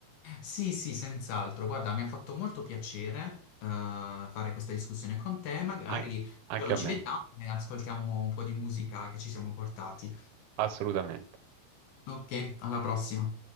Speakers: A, on the left; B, on the right.
A: Sì, sì, senz'altro. Guarda, mi ha fatto molto piacere, eh, fare questa discussione con te. Magari
B: An-
A: un
B: anche
A: giorno
B: a
A: ci
B: me,
A: vediamo e ascoltiamo un po' di musica che ci siamo portati.
B: assolutamente.
A: Ok, alla prossima.